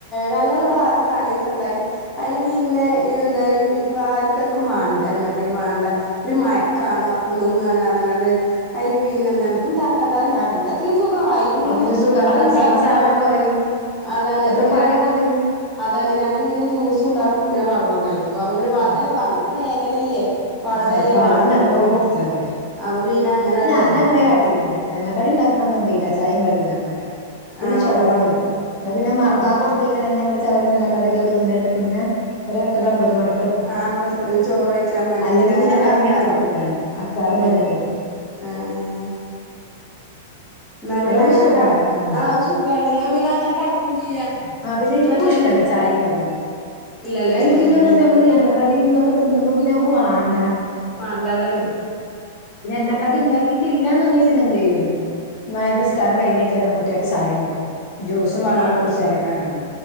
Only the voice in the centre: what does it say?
ഞങ്ങ ഇവിടെ ആദ്യം നാല് ദിവസം ഉണ്ടായി അതിന് പിന്നെ എന്താ ഇപ്പൊ ആർക്ക ആർക്കും വേണ്ട എണ്ണക്കടി വേണ്ട ഒരു മയക്കാണ് ഉറക്കം തൂങ്ങുകണങ്ങട്ട് പറഞ്ഞാട് അതില് പിന്നെ നമുക്ക് ഇണ്ടാക്കണ്ട ഉണ്ടാക്കണ്ട അത്രയും സുഖം അല് പിന്നെ
അത്ണ്ടാക്കും
ആ
അതാണ്
പിന്നെ
രണ്ട്
അതാണ് രണ്ട് വീതം ജ്യൂസ് ഉണ്ടാക്കും വള്ളോമ് കലക്കും അപ്പൊ പിന്നെ <unintelligible>
വന്ന <unintelligible> <unintelligible> വള്ളല്ലേ
വേണ്ടത്
അപ്പൊ പിന്നെ അങ്ങനെ അത്
ഇണ്ടാക്കും
ആഹ്
ആഹ്
ആഹ്
ആഹ അപ്പൊ ചോറ് കഴിച്ചാ മതി
അങ്ങനെയാണ്
കടക്കാലോ
ആഹ്
ആഹ് എന്നാ പിന്ന
അങ്ങനെ
ക
ആത് സുഖ പിന്നെ അങ്ങനെ കിടക്കയും ചെയ്യാ
എന്ന
പിന്നെ
ഇല്ലല്ലേ
ഏ
വേണ്ട അതാണേ
ആഹ്